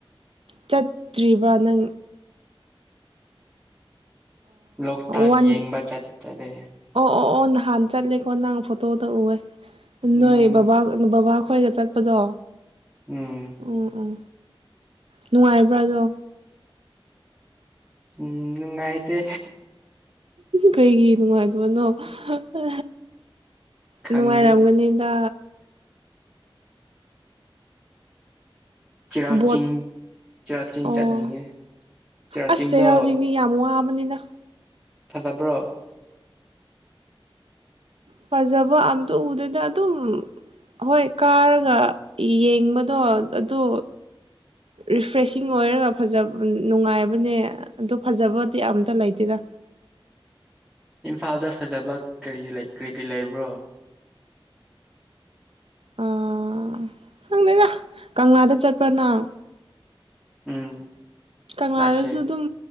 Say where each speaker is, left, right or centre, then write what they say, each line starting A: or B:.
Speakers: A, on the right (about 75°); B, in the centre.
A: ꯆꯠꯇ꯭ꯔꯤꯕ ꯅꯪ
B: ꯂꯣꯛꯇꯥꯛ
A: ꯋꯥꯟꯁ
B: ꯌꯦꯡꯕ ꯆꯠꯇ꯭ꯔꯦ
A: ꯑꯣ ꯑꯣ ꯑꯣ ꯅꯍꯥꯟ ꯆꯠꯂꯦꯀꯣ ꯅꯪ ꯐꯣꯇꯣꯗ ꯎꯑꯦ ꯅꯣꯏ
B: ꯎꯝ
A: ꯕꯥ ꯕꯥ ꯑꯩꯈꯣꯏꯒ ꯆꯠꯄꯗꯣ
B: ꯎꯝ
A: ꯎꯝ ꯎꯝ ꯅꯨꯡꯉꯥꯏꯕ꯭ꯔꯥꯗꯣ
B: ꯎꯝ ꯅꯨꯉꯥꯏꯇꯦ
A: ꯀꯩꯒꯤ ꯅꯨꯡꯉꯥꯏ ꯕꯅꯣ ꯍꯥ ꯍꯥ
B: ꯈꯪꯗꯦ
A: ꯅꯨꯡꯉꯥꯏꯔꯝꯒꯅꯤꯗ
B: ꯆꯤꯔꯆꯤꯡ
A: ꯕꯣꯠ
B: ꯆꯤꯔꯆꯤꯡ
A: ꯑꯣ
B: ꯆꯠꯅꯤꯡꯉꯦ ꯆꯤꯔꯥꯆꯤꯡꯗꯣ
A: ꯑꯁ ꯆꯩꯔꯥꯎ ꯆꯤꯡꯗꯤ ꯌꯥꯝ ꯋꯥꯕꯅꯤꯅ
B: ꯐꯖꯕ꯭ꯔꯣ
A: ꯐꯖꯕ ꯑꯝꯇ ꯎꯗꯦꯗ ꯑꯗꯨꯝ ꯍꯣꯏ ꯀꯥꯔꯒ ꯌꯦꯡꯕꯗꯣ ꯑꯗꯨ ꯔꯤꯐ꯭ꯔꯦꯁꯤꯡ ꯑꯣꯏꯔꯒ ꯐꯖ ꯕ ꯅꯨꯡꯉꯥꯏꯕꯅꯦ ꯑꯗꯨ ꯐꯖꯕꯗꯤ ꯑꯝꯇ ꯂꯩꯇꯦꯗ
B: ꯏꯝꯐꯥꯜꯗ ꯐꯖꯕ ꯀꯔꯤ ꯂꯩ ꯀꯔꯤ ꯀꯔꯤ ꯂꯩꯕ꯭ꯔꯣ
A: ꯑꯥ ꯗꯪꯗꯦꯗ ꯀꯪꯂꯥꯗ ꯆꯠꯄ꯭ꯔ ꯅꯪ
B: ꯎꯝ
A: ꯀꯪꯂꯥꯗꯁꯨ
B: ꯂꯥꯁ ꯌꯔ
A: ꯑꯗꯨꯝ